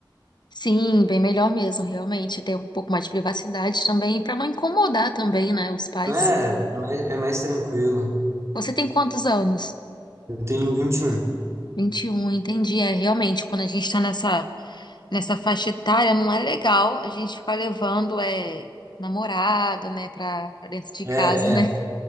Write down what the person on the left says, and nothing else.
Sim, bem melhor mesmo, realmente. Ter um pouco mais de privacidade também, para não incomodar também, né, os pais.
Você tem quantos anos?
Vinte e um. entendi. É, realmente, quando a gente tá nessa, nessa faixa etária, não é legal a gente ficar levando é, namorada, né, pra, pra dentro de
casa, <laughs> né?